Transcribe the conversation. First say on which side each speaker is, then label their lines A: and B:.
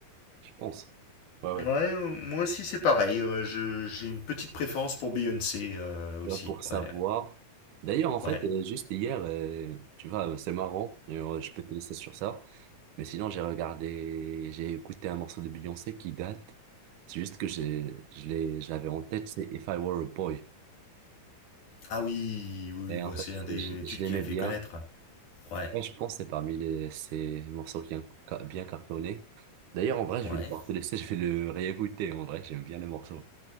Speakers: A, on the right (about 70°); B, on the left (about 60°).
A: je pense. Ouais, ouais.
B: Ouais, euh, moi aussi c'est pareil. euh, je- j'ai une petite préférence pour Beyoncé euh,
A: tu
B: aussi.
A: vois, pour savoir.
B: Ouais,
A: D'ailleurs, en fait,
B: ouais.
A: euh, juste hier, euh, tu vois, euh, c'est marrant, et, euh, je peux te laisser sur ça, mais sinon, j'ai regardé, j'ai écouté un morceau de Beyoncé qui date, c'est juste que j'ai, je l'ai, je l'avais en tête, c'est If I Were a Boy.
B: Ah oui, oui,
A: Et
B: oui, bah
A: en fait,
B: c'est
A: c'est-
B: un des
A: je,
B: études
A: je l'aimais
B: qui l'a fait
A: bien.
B: connaître. Ouais,
A: Ouais, je pense que c'est parmi les, ces morceaux qui ont ca- bien cartonné. D'ailleurs, en vrai, je
B: ouais.
A: vais devoir te laisser, <laughs> je vais le réécouter, en vrai, j'aime bien les morceaux